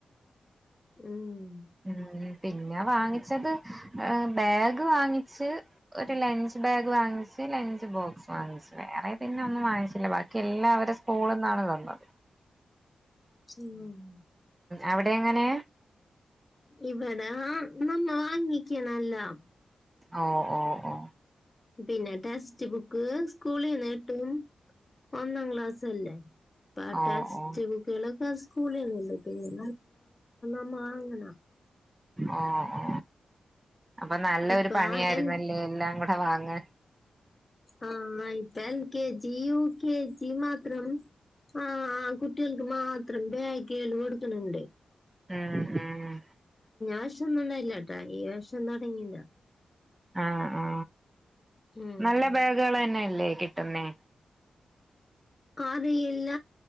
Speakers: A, on the left (about 30°); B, on the right (about 20°).
A: ഉം
B: <unintelligible> പിന്ന വാങ്ങിച്ചത് ആ ബാഗ് വാങ്ങിച്ച് ഒരു ലഞ്ച് ബാഗ് വാങ്ങിച്ച് ലഞ്ച് ബോക്സ് വാങ്ങിച്ച് വേറെ പിന്ന ഒന്നും വാങ്ങിച്ചില്ല ബാക്കി എല്ലാ അവര്ട സ്കൂളിന്നാണ് തന്നത്
A: ഉം
B: അവിടെങ്ങനെ
A: ഇവട നമ്മ വാങ്ങിക്കണെല്ലാം
B: ഒ ഓ ഓ
A: പിന്ന ടസ്റ്റ് ബുക്ക് സ്കൂളീന്ന് കിട്ടും ഒന്നാം ക്ലാസല്ലേ പ്പ ആ
B: ഓ
A: ടെസ്റ്റ്
B: ഓ
A: ബുക്ക്കള് ടെസ് സ്കൂളീന്ന് <unintelligible> <unintelligible> മാങ്ങണം
B: ആ ആ അപ്പ നല്ലൊരു
A: ഇപ്പൊ
B: പണിയായിരുന്നല്ലേ
A: ആ എൽ
B: എല്ലാം കൊ വാങ്ങ
A: ആ ഇപ്പ L K G U K G മാത്രം ആ കുട്ട്യേൾക്ക് മാത്രം ബ്യാഗ്‌കള് കൊടുക്കണണ്ട്
B: ആ ആ
A: വർഷം ഒന്നും ഉണ്ടായില്ല കേട്ടാ ഈ വർഷം തുടങ്ങിയില്ല
B: ആ ആ
A: ഉം
B: നല്ല ബാഗ് കള് തന്നേല്ലേ കിട് ന്നെ
A: ആതിയില്ല